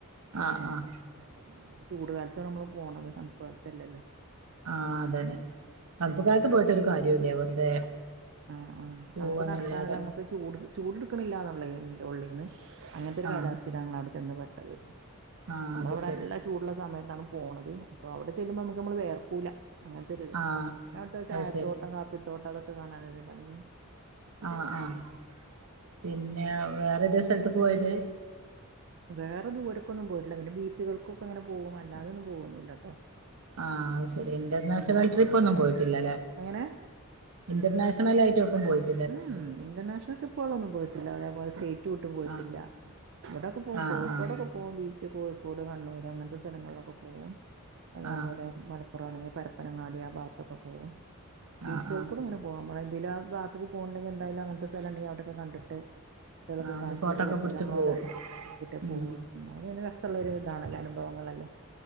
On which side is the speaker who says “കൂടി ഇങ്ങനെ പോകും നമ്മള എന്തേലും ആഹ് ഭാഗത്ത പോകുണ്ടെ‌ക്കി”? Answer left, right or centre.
Right